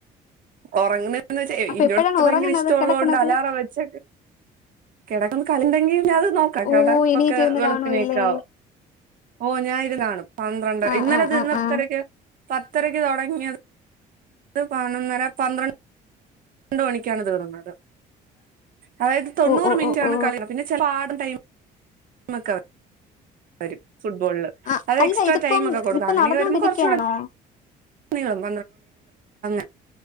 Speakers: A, on the right (about 55°); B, on the left (about 50°).
A: ഒറങ്ങ്ണ എന്താ വെച്ചാ എനി
B: അപ്പൊ
A: ഇന്റെ
B: എപ്പോഴാണ്
A: അടുത്ത്
B: ഉറങ്ങണത്
A: ഭയങ്കര ഇഷ്ടമള്ളതോണ്ട്
B: കിടക്കണത്
A: അലാറം വെച്ച് കിടക്കുമ്പോ കളിണ്ടെങ്കിൽ ഞാ അത് നോക്കാം <unintelligible>
B: ഓ എണീറ്റിരുന്ന്
A: വെളുപ്പിനീക്കാ
B: കാണുവല്ലേ
A: ഓഹ് ഞാ ഇരുന്ന്കാണും പന്ത്രണ്ട്
B: ആഹ്
A: ഇന്നലെ
B: ആഹ്
A: തീരുന്ന
B: ആഹ്
A: പത്തരക്ക്
B: ആഹ്
A: പത്തരയ്ക്ക് തുടങ്ങിയത് പതിനൊന്നര പന്ത്രണ്ട് ന്ത്രണ്ട് മണിക്കാണ് തീർന്നത് അതായത് തൊണ്ണൂറ്
B: ഓ ഓ
A: മിനുട്ടാണ്
B: ഓ ഓ
A: കളി വര്നത് പിന്നെ ചെലപ്പോ <unintelligible> ടൈമൊക്കെ വരും ഫുട്ബോളില്
B: ആ
A: അത്
B: അല്ല
A: എക്സ്ട്രാ
B: ഇതിപ്പം
A: ടൈമ് ഒക്കെ കൊടുക്കും
B: ഇതിപ്പോ
A: അങ്ങനെവരുമ്പോൾ
B: നടന്നോണ്ടിരിക്കയാണോ
A: കൊർച്ചൂടെ നിങ്ങളും <unintelligible>